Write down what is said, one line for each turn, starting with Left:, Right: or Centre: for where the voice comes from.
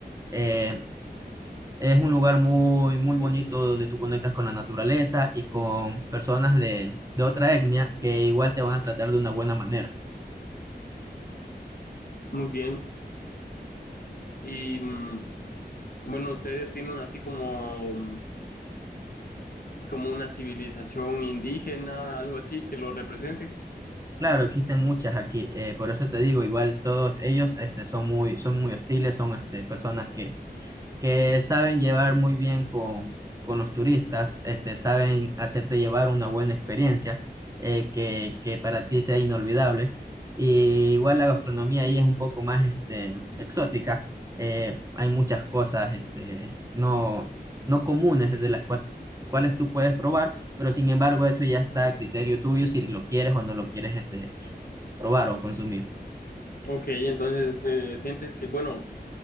Right: Eh, es un lugar muy, muy bonito donde tú conectas con la naturaleza y con personas de, de otra etnia que igual te van a tratar de una buena manera.
Left: Muy bien. Y mm, bueno, ustedes tienen así como, como una civilización indígena, algo así, que lo represente.
Right: Claro, existen muchas aquí, eh, por eso te digo, igual todos ellos este, son muy, son muy hostiles, son este, personas que que saben llevar muy bien con, con los turistas, este, saben hacerte llevar una buena experiencia eh, que, que para ti sea inolvidable. Y igual la gastronomía ahí es un poco más este, exótica. eh, hay muchas cosas este, no, no comunes de las cua- cuales tú puedes probar, pero sin embargo eso ya está a criterio tuyo si lo quieres o no lo quieres este, probar o consumir.
Left: Ok, entonces eh, sientes que, bueno,